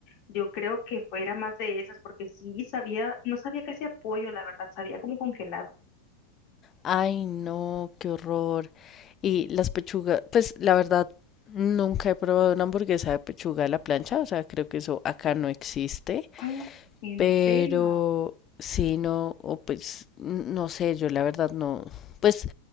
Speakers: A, on the left; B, on the left.
A: yo creo que fue- era más de esas porque sí sabía, no sabía que hacía pollo, la verdad, sabía como congelado.
B: Ay, no, qué horror. Y las pechugas, pues la verdad, nunca he probado una hamburguesa de pechuga a la plancha, o sea, creo que eso acá no existe,
A: Ah, ¿En
B: pero
A: serio?
B: si no, o pues, n- no sé, yo la verdad no, pues